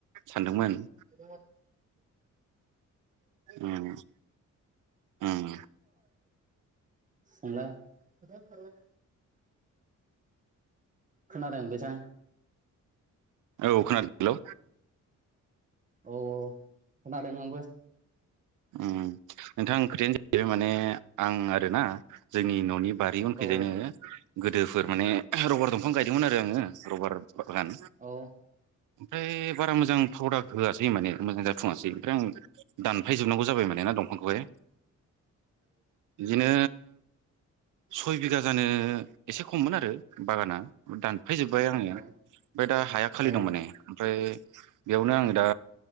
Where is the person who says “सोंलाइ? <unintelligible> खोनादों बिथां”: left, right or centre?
Right